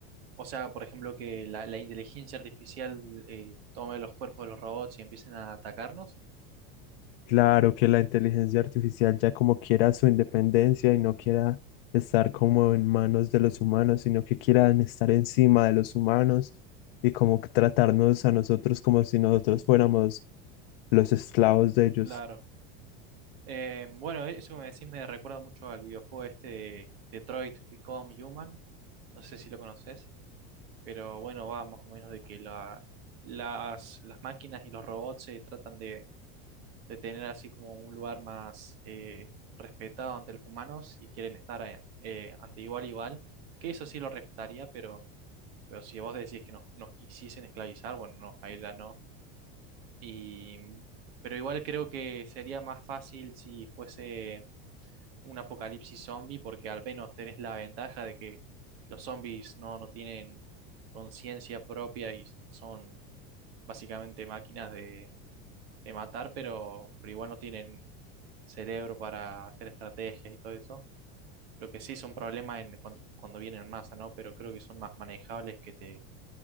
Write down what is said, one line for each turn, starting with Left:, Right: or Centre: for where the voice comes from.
Right: O sea, por ejemplo, que la, la inteligencia artificial eh, tome los cuerpos de los robots y empiecen a atacarnos.
Left: Claro que la inteligencia artificial ya como quiera su independencia y no quiera estar como en manos de los humanos, sino que quieran estar encima de los humanos y como que tratarnos a nosotros como si nosotros fuéramos los esclavos de ellos.
Right: Claro. Eh, bueno, eso que me decís me recuerda mucho al videojuego este de Detroit Become Human. No sé si lo conoces, pero bueno, va más o menos de que la, las, las máquinas y los robots se tratan de, de tener así como un lugar más eh, respetado ante los humanos y quieren estar eh, eh, ante igual igual, que eso sí lo respetaría, pero Pero si vos decís que nos, nos quisiesen esclavizar, bueno, no, ahí ya no. Y, pero igual creo que sería más fácil si fuese un apocalipsis zombie, porque al menos tenés la ventaja de que los zombies no, no tienen conciencia propia y son básicamente máquinas de, de matar, pero, pero igual no tienen cerebro para hacer estrategias y todo eso. Lo que sí es un problema en cuando, cuando vienen en masa, ¿no? Pero creo que son más manejables que te